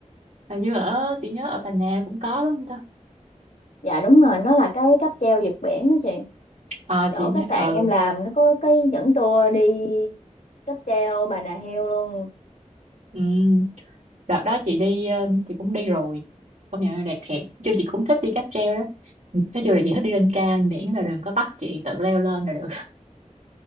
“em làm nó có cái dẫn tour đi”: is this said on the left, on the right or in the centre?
Left